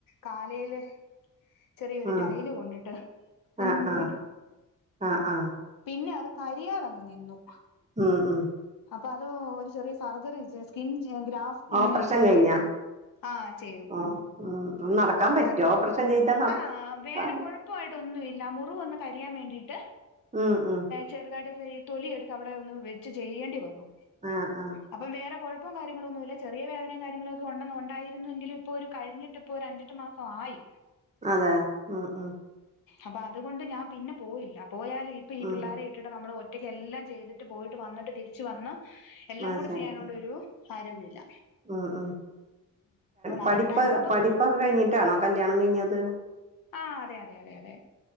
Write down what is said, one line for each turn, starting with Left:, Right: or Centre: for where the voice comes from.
Left: കാലയില് ചെറിയൊരു
Right: ആഹ്
Left: ടൈല് കൊണ്ടിട്ട് ഒന്ന്
Right: ആഹ്
Left: മുറിഞ്ഞു
Right: ആഹ് ആഹ് ആഹ്
Left: പിന്നത് കരിയാറങ്ങ് നിന്നു
Right: ഉം ഉം
Left: അപ്പതോ ഒരു ചെറിയ സർജറി സ്കിൻ ചെയ്യാ ഗ്രാഫ് ഇങ്ങനെ
Right: ഓപ്പറേഷൻ
Left: ചെയ്തെട്ത്ത്
Right: കഴിഞ്ഞാ
Left: ആഹ് ചെയ്തു
Right: ആഹ് ഉം നടക്കാൻ
Left: അപ്പ അത്
Right: പറ്റോ
Left: കാരണം
Right: ഓപ്പറേഷൻ ചെയ്താ
Left: ആഹ്
Right: നടക്കാന്
Left: വേറെ കൊഴപ്പായിട്ടൊന്നും ഇല്ല മുറിവൊന്ന് കരിയാൻ വേണ്ടിട്ട്
Right: ആ ആ
Left: ചെറുതായിട്ട് തൊലിയെട്ത്ത് അവിടെയൊന്ന് വെച്ച് ചെയ്യേണ്ടി വന്നു
Right: ആ ആ
Left: അപ്പം വേറെ കൊഴപ്പം കാര്യങ്ങളൊന്നുല്ല ചെറിയ വേദനേം കാര്യങ്ങളൊക്കുണ്ടെന്നും ഉണ്ടായിരുന്നുവെങ്കിലും ഇപ്പൊരു കഴിഞ്ഞിട്ടിപ്പൊ ഒരഞ്ചെട്ട് മാ ഫായി
Right: അതെയാ ഉം ഉം
Left: അപ്പ അതുകൊണ്ട് ഞാൻ പിന്നെ പോയില്ല പോയാലെ ഇപ്പീ
Right: ഉം
Left: പിള്ളേരെ ഇ ട്ടിട്ട് നമ്മള് ഒറ്റക്ക് എല്ലാം ചെയ്തിട്ട് പോയിട്ട് വന്നിട്ട് തിരിച്ച് വന്ന് എല്ലാം
Right: ആഹ്
Left: കൂടെ
Right: ശരി
Left: ചെയ്യാനുള്ളൊരു ആരോഗ്യം ഇല്ല
Right: ഉം ഉം പഠിപ്പ്
Left: അതുണ്ടായിരുന്നപ്പം
Right: പഠിപ്പൊക്കെ കയിഞ്ഞിട്ടാണോ കല്യാണം കയിഞ്ഞത്
Left: ആഹ് അതെ അതെ അതെ അതെ